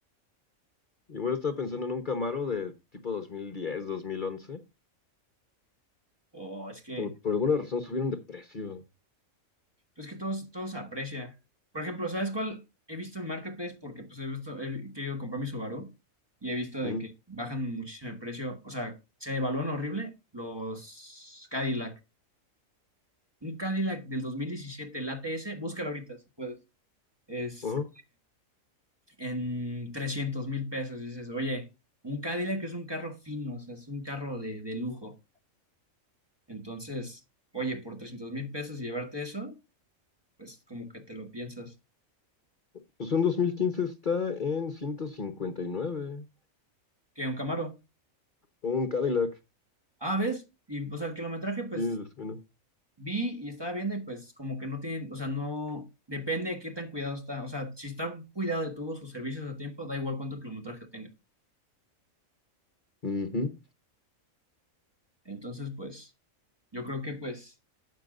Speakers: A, on the left (about 40°); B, on the right (about 20°).
A: Igual estaba pensando en un Camaro de tipo 2010, 2011.
B: Oh, es que
A: Pero por alguna razón subieron de precio.
B: Pues que todos, todos aprecia. Por ejemplo, ¿sabes cuál he visto en Marketplace? Porque pues he visto, he querido comprar mi Subaru y he visto de
A: Ujú,
B: que bajan muchísimo el precio. O sea, se devalúan horrible los Cadillac. Un Cadillac del 2017, el ATS, búscalo ahorita si puedes. es
A: Ajá.
B: en trescientos mil pesos. Dices, oye, un Cadillac es un carro fino, o sea, es un carro de, de lujo. Entonces, oye, por trescientos mil pesos y llevarte eso, pues como que te lo piensas.
A: Pues un 2015 está en ciento cincuenta y nueve,
B: ¿Qué, un Camaro?
A: Un Cadillac.
B: Ah, ¿ves? Y, o sea, el kilometraje, pues,
A: Sí, lo suena.
B: vi y estaba viendo y pues como que no tienen, o sea, no, depende de qué tan cuidado está. O sea, si está cuidado de tuvo sus servicios a tiempo, da igual cuánto kilometraje tenga.
A: Ujú,
B: Entonces, pues, yo creo que pues